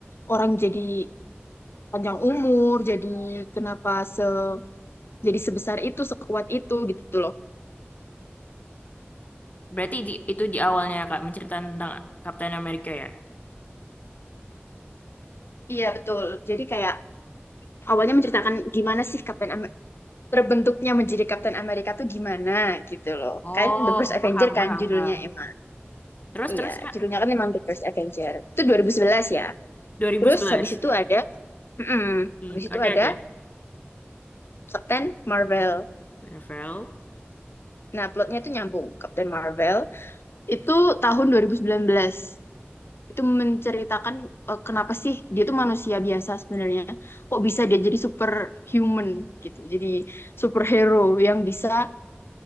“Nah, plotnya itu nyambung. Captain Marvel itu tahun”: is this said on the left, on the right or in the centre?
Left